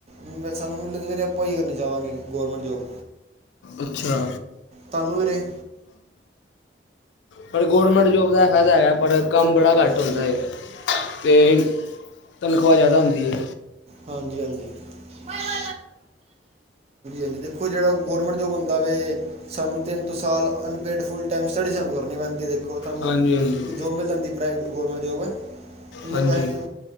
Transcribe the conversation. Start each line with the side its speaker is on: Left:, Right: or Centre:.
Right: ਮੈਂ ਸਾਨੂੰ ਮੈਨੂੰ ਤਾਂ ਫਿਰ ਆਪਾਂ ਵੀ ਕਰਨੀ ਚਾਹਵਾਂਗੇ ਗੌਰਮੈਂਟ ਜੋਬ।
Left: ਅੱਛਾ।
Right: ਤਾਨੂੰ ਵੀਰੇ
Left: ਪਰ ਗੌਰਮੈਂਟ ਜੋਬ ਦਾ ਐ ਫੈਦਾ ਹੈਗੈ ਪਰ ਕੰਮ ਬੜਾ ਘੱਟ
Right: ਹਾਂਜੀ
Left: ਹੁੰਦਾ ਏ, ਤੇ ਤਨਖਾਹ ਜਾਦਾ ਹੁੰਦੀ ਏ।
Right: ਹਾਂਜੀ- ਹਾਂਜੀ। ਹਾਂਜੀ- ਹਾਂਜੀ, ਦੇਖੋ ਜੇੜਾ ਗੌਰਮੈਂਟ ਜੋਬ ਹੁੰਦਾ ਵੇ ਸਾਨੂੰ ਤਿੰਨ ਤੋਂ ਸਾਲ ਅਨਪੇਡ ਫੁੱਲ ਟਾਈਮ ਸਟੱਡੀ ਸਾਨੂੰ ਕਰਨੀ ਪੈਂਦੀ ਏ। ਸਾਨੂੰ
Left: ਹਾਂਜੀ ਹਾਂਜੀ
Right: ਜੋਬ ਮਿਲ ਜਾਂਦੀ ਪ੍ਰਾਈ ਗੌਰਮੈਂਟ ਜੋਬ ਐਨੇ
Left: ਹਾਂਜੀ
Right: ਪੈਹੇ